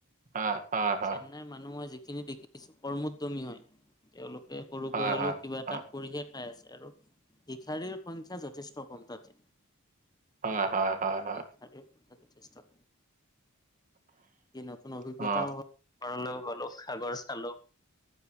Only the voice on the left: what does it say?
চেন নাই মানুহ মই যিখিনি দেখিছো কৰ্মোদ্যমী হয়। তেওঁলোকে সৰুকৈ
হ'লেও
কিবা
এটা কৰি হে খাই আছে আৰু। ক্ষাৰীৰ সংখ্যা যথেষ্ট কম তাতে,
ভিক্ষাৰীৰ <unintelligible> কি নতুন অভিজ্ঞতাও
হ'ল, ঘৰলৈ গ'লো, সাগৰ চালো।